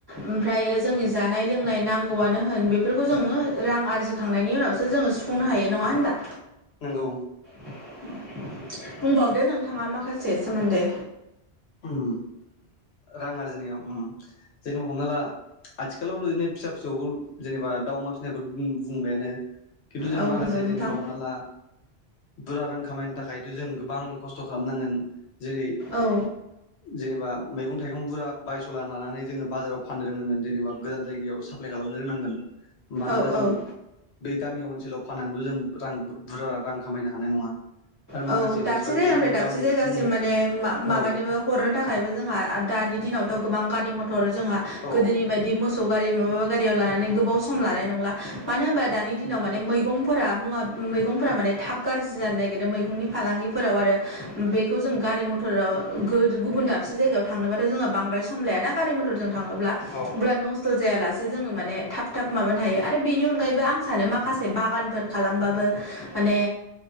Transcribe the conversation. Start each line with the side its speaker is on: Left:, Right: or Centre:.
Right: ओमफ्रायो‌ जोंनि जानाय लोंनाय नांगौआनो होन बेफोरखौ जोङो रां आरजिखांनायनि उनावसो जोङो सुफुंनो हायो नङा होनबा?
Left: नंगौ।
Right: उ <inaudible> बुंबावदो नोंथाङा माखासे सोमोन्दै
Left: ओम रां आरजिनायाव जेनेबा हमना ला आथिखालाव ओरैनो फिसा फिसौखौ जेनेबा दा अमा फिसिनायखौ बुंबायानो खिन्थु जों
Right: औ
Left: माखासे
Right: बुंदो नोंथां
Left: जेनेबा हमना ला बुरजा रां खामायनो थाखायथ' जों गोबां खस्थ' खालामनांगोन जेरै
Right: औ
Left: जेनेबा मैगं थाइगं बुरजा बायस'ला लानानै जोङो बाजाराव फाननो रोंनांगोन जेनेबा गोजान जायगायाव साप्लाय खालामनो रोंनांगोन। मानोना
Right: औ
Left: जों
Right: औ
Left: बे गामि ओनसोलाव फाननानैल' जों रां बुरजा रां खामायनो हानाय नङा। आरो
Right: औ
Left: माखासे
Right: दाबसे
Left: मानसिफ्रा
Right: जायगानिफ्राय
Left: बेबायदिनो
Right: दाबसे
Left: गामिनिफ्राय
Right: जायगासिम
Left: उम
Right: माने मा माबानोबो
Left: औ
Right: हरनो थाखायबो जोंहा दानि दिनावथ' गोबां गारि मथर जोंहा
Left: औ
Right: गोदोनि बायदि मोसौ गारि माबा गारियाव लानानै गोबाव सम लानाय नंला मानो होनबा दानि दिनाव
Left: उम
Right: माने मैगंफोरा मुवा मैगंफोरा माने थाब गाज्रि जानो नागिरदों मै नि फालांगिफोराव आरो बेखौ जों गारि मथराव गुबुन दाबसे जायगायाव थांनोबाथ जोङो बांद्राय सम लायाना गारि मथरजों थांङोब्ला
Left: औ
Right: अब्ला नसथ' जा जायालासे जोङो माने थाब थाब माबानो हायो आरो बेनि अनगायैबो आं सानो माखासे बागानफोर खालामबाबो माने